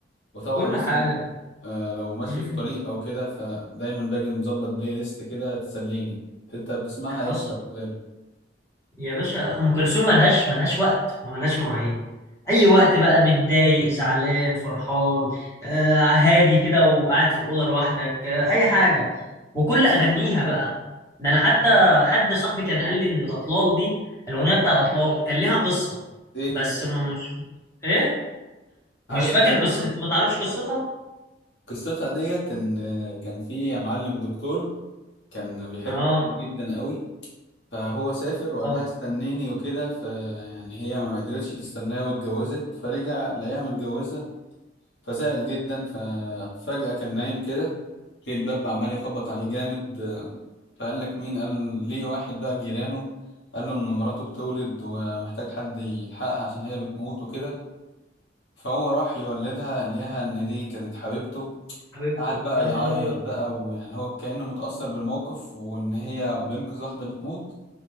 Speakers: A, on the left (about 75°); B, on the left (about 15°).
A: وطبعا
B: كل
A: مثلا
B: حاجه
A: آه، لو ماشي
B: مم.
A: في طريق او كده فدايما باجي مظبط بلاي ليست كده تسليني انت بتسمعها
B: حصل
A: امتى في الغالب
B: يا باشا ام كلثوم ملهاش ملهاش وقت وملهاش مواعيد اي وقت بقى متضايق زعلان فرحان آه هادي كده وقاعد في الاوضه لوحدك آه اي حاجه وكل اغانيها بقى ده انا حتى حد صاحبي كان قال لي ان الاطلال دي الاغنيه بتاع الاطلال كان ليها قصه
A: ايه
B: بس
A: قصتها
B: ما مش ايه مش
A: عارف
B: فاكر
A: قصتها
B: قصه انت ما تعرفش قصتها
A: قصتها ديت ان آه، كان في معلم دكتور كان بيحب
B: اه
A: واحده جدا قوي فهو سافر وقال
B: اه
A: لها استنيني وكده فيعني هي ما قدرتش تستناه واتجوزت فرجع لقاها متجوزة فزعل جدا ففجأة كان نايم كده ليه الباب عمال يخبط عليه جامد فقال لك مين قال ليه واحد بقى جيرانه قال له إن مراته بتولد ومحتاج حد يلحقها عشان هي بتموت وكده فهو راح يولدها لقاها إن دي كانت حبيبته
B: حبيبته
A: قعد بقى
B: يا نهار
A: يعيط
B: ابيض
A: بقى ويعني هو كأنه متأثر بالموقف وإن هي بينقذ واحدة بتموت